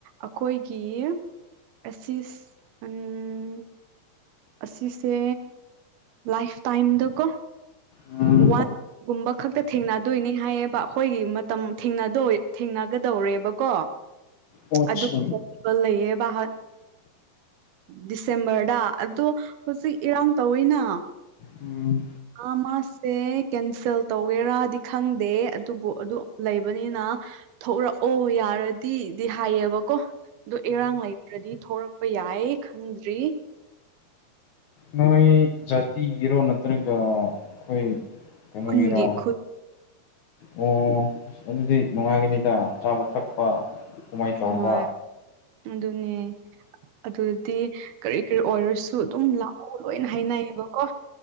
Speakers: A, on the right; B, on the left.
A: ꯑꯈꯣꯏꯒꯤ ꯄꯦꯆꯤꯁ ꯑꯝ ꯑꯁꯤꯁꯦ ꯂꯥꯏꯐ ꯇꯥꯏꯝꯗꯀꯣ
B: ꯎꯝ
A: ꯋꯥꯟꯒꯨꯝꯕ ꯈꯛꯇ ꯊꯦꯡꯅꯗꯣꯏꯅꯤ ꯍꯥꯏꯌꯦꯕ ꯑꯈꯣꯏꯒꯤ ꯃꯇꯝ ꯊꯦꯡꯅꯗꯣꯢ ꯊꯦꯡꯅꯒꯗꯧꯔꯦꯕꯀꯣ
B: ꯑꯣꯠꯁ
A: ꯑꯗꯨ ꯂꯩꯌꯦꯕ ꯗꯤꯁꯦꯝꯕꯔꯗ ꯑꯗꯣ ꯍꯧꯖꯤꯛ ꯏꯔꯥꯡ ꯇꯧꯋꯤꯅ
B: ꯎꯝ
A: ꯑ ꯃꯥ ꯁꯦ ꯀꯦꯟꯁꯦꯜ ꯇꯧꯒꯦꯔꯥꯗꯤ ꯈꯪꯗꯦ ꯑꯗꯨꯕꯨ ꯑꯗꯨ ꯂꯩꯕꯅꯤꯅ ꯊꯣꯛꯂꯛꯑꯣ ꯌꯥꯔꯗꯤꯗꯤ ꯍꯥꯏꯌꯦꯕꯀꯣ ꯑꯗꯣ ꯏꯔꯥꯡ ꯂꯩꯇ꯭ꯔꯗꯤ ꯊꯣꯔꯛꯄ ꯌꯥꯏ ꯈꯪꯗ꯭ꯔꯤ
B: ꯅꯣꯏ ꯖꯥꯇꯤꯒꯤꯔꯣ ꯅꯠꯇ꯭ꯔꯒ ꯑꯈꯣꯏ ꯀꯩꯅꯣꯒꯤꯔꯣ
A: ꯈꯨꯟꯒꯤ ꯈꯨꯟ
B: ꯑꯣ ꯑꯁ ꯑꯗꯨꯗꯤ ꯅꯨꯡꯉꯥꯏꯒꯅꯤꯗ ꯆꯥꯕ ꯊꯛꯄ ꯀꯨꯃꯩ ꯇꯧꯕ
A: ꯍꯣꯏ ꯑꯗꯨꯅꯦ ꯑꯗꯨꯗꯤ ꯀꯔꯤ ꯀꯔꯤ ꯑꯣꯏꯔꯁꯨ ꯑꯗꯨꯝ ꯂꯥꯛꯑꯣ ꯂꯣꯏꯅ ꯍꯥꯏꯅꯩꯌꯦꯕꯀꯣ